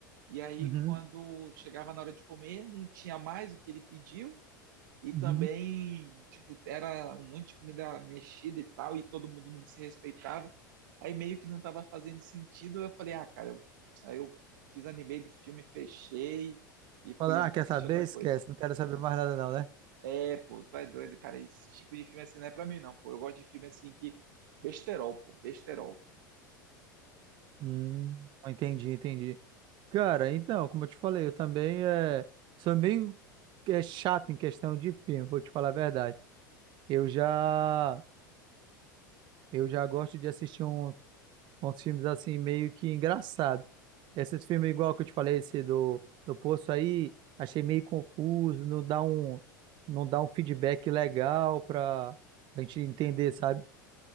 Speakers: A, on the right; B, on the right.
A: e aí
B: uhum.
A: quando chegava na hora de comer, não tinha mais o que ele pediu, E também,
B: Uhum.
A: tipo, era um monte de comida mexida e tal, e todo mundo não se respeitava. Aí meio que não estava fazendo sentido. Eu falei, ah, cara, eu, aí eu desanimei do filme, fechei e fui
B: Fala, ah, quer
A: assistir
B: saber?
A: outra coisa.
B: Esquece, não quero saber mais nada não, né?
A: É, pô, tu é doido, cara. Esse tipo de filme assim não é pra mim, não, pô. Eu gosto de filme assim que. Besterol, pô, besterol.
B: Hum, entendi, entendi. Cara, então, como eu te falei, eu também é, sou meio é, chato em questão de filme, vou te falar a verdade. Eu já, eu já gosto de assistir um- uns filmes assim, meio que engraçado. Esses filmes igual que eu te falei, esse do, do Poço aí, achei meio confuso, não dá um, não dá um feedback legal pra, pra gente entender, sabe?